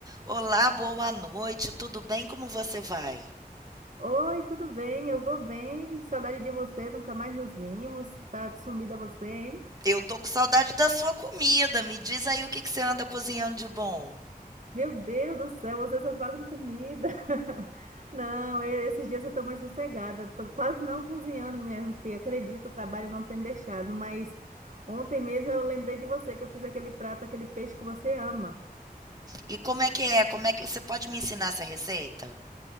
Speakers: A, on the right (about 25°); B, on the right (about 50°).
A: Olá, boa noite, tudo bem? Como você vai?
B: Oi, tudo bem? Eu vou bem. Saudade de você, nunca mais nos vimos. Tá sumida você, hein?
A: Eu tô com saudade da sua comida. Me diz aí o que que você anda cozinhando de bom.
B: Meu Deus do céu, você só fala em comida. <laughs> Não, e- esses dias eu tô mais sossegada. Tô quase não cozinhando, minha filha. Acredito, o trabalho não tem deixado. Mas ontem mesmo eu lembrei de você, que eu fiz aquele prato, aquele peixe que você ama.
A: E como é que é? Como é que você pode me ensinar essa receita?